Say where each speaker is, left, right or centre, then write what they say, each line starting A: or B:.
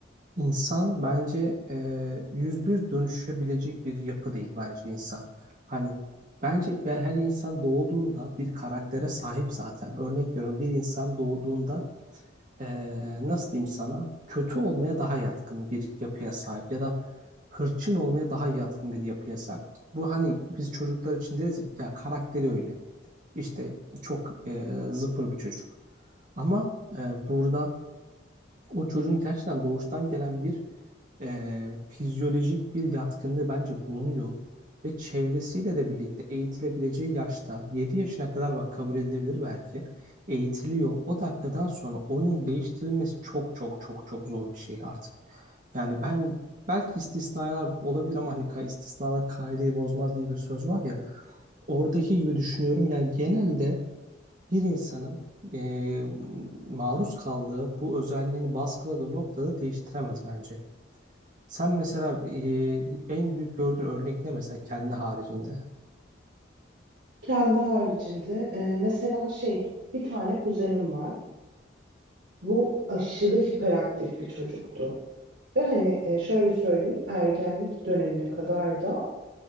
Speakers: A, on the right; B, on the right.
A: İnsan bence e, yüzde yüz dönüşebilecek bir yapı değil bence insan. Hani bence be- her insan doğduğunda bir karaktere sahip zaten. Örnek veriyorum bir insan doğduğunda eee, nasıl diyeyim sana kötü olmaya daha yatkın bir yapıya sahip ya da hırçın olmaya daha yatkın bir yapıya sahip. Bu hani biz çocuklar için deriz ya, ya karakteri öyle. İşte çok eee, zıpır bir çocuk. Ama e, burada o çocuğun gerçekten doğuştan gelen bir e, fizyolojik bir yatkınlığı bence bulunuyor ve çevresiyle de birlikte eğitilebileceği yaşta 7 yaşına kadar bak kabul edilebilir belki eğitiliyor. O dakikadan sonra onun değiştirilmesi çok çok çok çok zor bir şey artık. Yani ben belki istisnalar olabilir ama hani ka- istisnalar kaideyi bozmaz diye bir söz var ya. Oradaki gibi düşünüyorum. Yani genelde bir insanın e, maruz kaldığı bu özelliğini baskıladığı noktada değiştiremez bence. Sen mesela e, en büyük gördüğün örnek ne mesela kendi haricinde?
B: Kendi haricimde e, mesela şey bir tane kuzenim var. Bu aşırı hiperaktif bir çocuktu. Ve hani e, şöyle söyleyeyim ergenlik dönemine kadar da